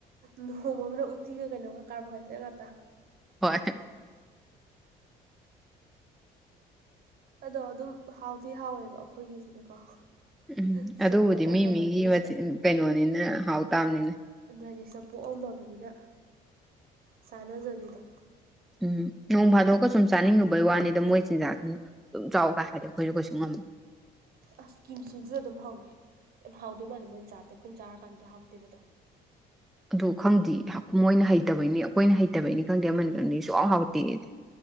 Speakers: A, on the right (about 65°); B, in the centre.
A: ꯅꯣꯡꯃ ꯑꯃꯅ ꯎꯠꯇꯤꯒ ꯀꯩꯅꯣꯒ ꯀꯥꯔꯕꯣꯍꯥꯏꯗ꯭ꯔꯦꯠ ꯉꯥꯛꯇ
B: ꯍꯣꯏ
A: ꯑꯗꯣ ꯑꯗꯨꯝ ꯍꯥꯎꯗꯤꯤ ꯍꯥꯎꯋꯦꯕ ꯑꯩꯈꯣꯏꯒꯤꯁꯤꯅꯀꯣ
B: ꯎꯝ
A: ꯁꯨꯝ
B: ꯑꯗꯨꯕꯨꯗꯤ
A: ꯄꯣꯛꯑꯝꯃꯕꯅꯤꯅ
B: ꯃꯤ ꯃꯤꯒꯤꯆꯤꯟ
A: ꯁꯤꯗ
B: ꯀꯩꯅꯣꯅꯤꯅ ꯍꯥꯎ ꯇꯥꯕꯅꯤꯅ
A: ꯑꯗꯨ ꯑꯅꯤꯦꯛꯁꯇ ꯄꯣꯛꯑꯝꯃꯕꯅꯤꯅ ꯆꯥꯟꯅꯖꯕꯤꯗꯣ
B: ꯎꯝ ꯅꯣꯡ ꯐꯥꯗꯣꯛꯑꯒ ꯁꯨꯝ ꯆꯥꯅꯤꯡꯉꯨꯕꯒꯤ ꯋꯥꯅꯤꯗ ꯃꯣꯏ ꯆꯤꯟꯖꯥꯛꯁꯤꯅ ꯑꯗꯨꯝ ꯆꯥꯎꯕꯒ ꯍꯥꯏꯗꯤ ꯑꯩꯈꯣꯏꯁꯨ ꯀꯣꯏꯁꯨ ꯉꯝꯃꯒꯦ
A: ꯑꯁꯀꯤꯝ ꯁꯤꯁꯤꯗ ꯑꯗꯨꯝ ꯍꯧꯔꯦ ꯌꯥꯝ ꯍꯥꯎꯗꯣꯏ ꯃꯥꯜꯂ ꯃꯣꯏꯅ ꯆꯥꯕꯗ ꯑꯩꯈꯣꯏꯅ ꯆꯥꯔ ꯀꯥꯟꯗꯨꯗ ꯍꯥꯎꯗꯦꯕꯗꯣ
B: ꯑꯗꯨ ꯈꯪꯗꯦ ꯃꯣꯏꯅ ꯍꯩꯇꯕꯩꯅꯤ ꯑꯩꯈꯣꯏꯅ ꯍꯩꯇꯕꯩꯅꯤ ꯈꯪꯗꯦ ꯑꯃꯅꯤ ꯈꯪꯗꯦꯁꯨꯥꯎ ꯍꯥꯎꯇꯦꯛꯑꯗꯤ